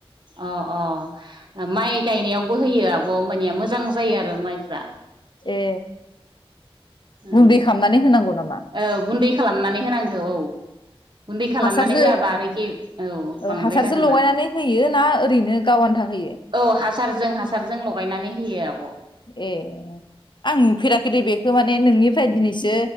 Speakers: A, on the right; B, on the left.
A: अ अ ओ माइ गायनायावबो होयो आब' होमबानिया मोजां जायो आरो माइफ्रा।
B: ए गुन्दै
A: ओव
B: खालामनानै होनांगौ नामा
A: औ गुन्दै खालामनानै होनांगौ औ गुन्दै खालामनानै
B: हासारजो
A: होआबा आरो एखे औ
B: ओ
A: बांद्राय
B: हासारजो
A: जागोन
B: लगायनानै
A: ना
B: होयो ना ओरैनो गाव आन्था होयो
A: औ हासारजों हासारजों लगायनानै होयो आब' औ
B: ए आं नुफेराखै दे बेखो माने नोंनि फ्राय दिनैसो